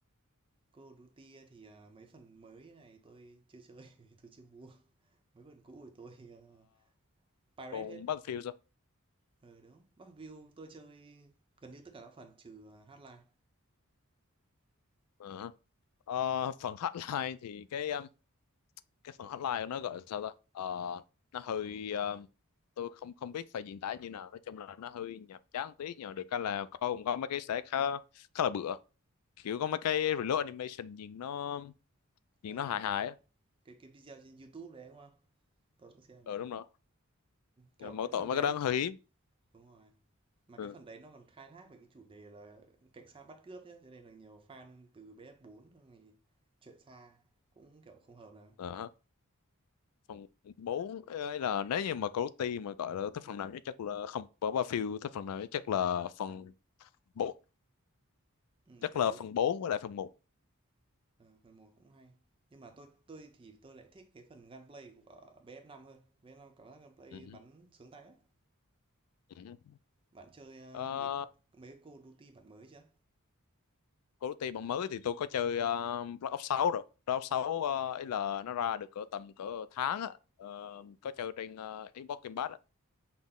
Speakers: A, on the right; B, on the left.
A: Call of Duty ờ, thì, à, mấy phần mới này tôi chưa chơi vì <laughs> tôi chưa mua. Mấy phần cũ thì tôi, ờ, pirate
B: còn
A: hết.
B: Battlefield sao
A: Ờ, đúng. Bắc View tôi chơi gần như tất cả các phần trừ, à, Hotline.
B: Ờ, ờ, phần <laughs> hotline thì cái ờ, cái phần hotline của nó gọi là sao ta Ờ, nó hơi ờ, tôi không không biết phải diễn tả như nào nói chung là nó hơi nhàm chán tí nhưng mà được cái là có cũng có mấy cái sẽ khá khá là bựa kiểu có mấy cái reload animation nhìn nó nhìn
A: Ờ,
B: nó hài
A: đúng,
B: hài
A: đúng.
B: á
A: Cái cái video trên YouTube đấy, đúng không? Tôi cũng xem
B: ờ
A: rồi.
B: đúng rồi
A: Kiểu
B: Nhưng mỗi
A: cái phần
B: tội mấy
A: đấy
B: cái đó nó hơi hiếm
A: đúng rồi. Mà
B: ừ.
A: cái phần đấy nó còn khai thác về cái chủ đề là cảnh sát bắt cướp nhá, cho nên là nhiều fan từ ps bốn thì chuyện xa cũng kiểu không hợp lắm.
B: Ờ, phần 4 ấy là nếu như mà Cody mà gọi là thích phần nào nhất chắc là không có ba phiêu thích phần nào nhất chắc là phần bốn
A: Ừ,
B: chắc
A: phần
B: là
A: bốn
B: phần 4 với lại phần một
A: Ờ, phần một cũng hay. Nhưng mà tôi tôi thì tôi lại thích cái phần gunplay của bf năm hơn. bf năm cảm giác gunplay
B: ừ.
A: bắn sướng tay á.
B: Ừ. ừ.
A: Bạn chơi ờ,
B: Ờ,
A: mấy mấy cái Call of Duty bản mới chưa?
B: Call of Duty bản mới thì tôi có chơi ờ, Black Ops 6 rồi. Black Ops 6 ờ, ấy là nó ra được cỡ tầm cỡ tháng á, Ờ, có chơi trên uh, Xbox Game Pass á.